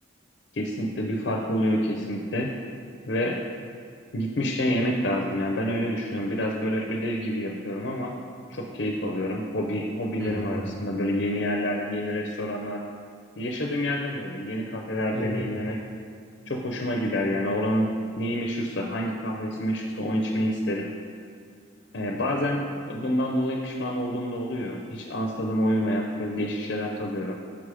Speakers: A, on the left; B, on the right.
A: Kesinlikle bir fark oluyor kesinlikle. Ve Gitmişken yemek lazım ya. Ben öyle düşünüyorum. Biraz böyle ödev gibi yapıyorum ama çok keyif alıyorum. Hobi, hobilerim
B: Hı hı.
A: arasında böyle yeni yerler, yeni restoranlar. Yaşadığım yerde de öyle. Yeni kafeler
B: Tabii.
A: deneyimlemek çok hoşuma gider. Yani oranın neyi meşhursa, hangi kahvesi meşhursa onu içmeyi isterim. Ee, bazen bundan dolayı pişman olduğum da oluyor. Hiç ağız tadıma uymayan böyle değişik şeyler tadıyorum.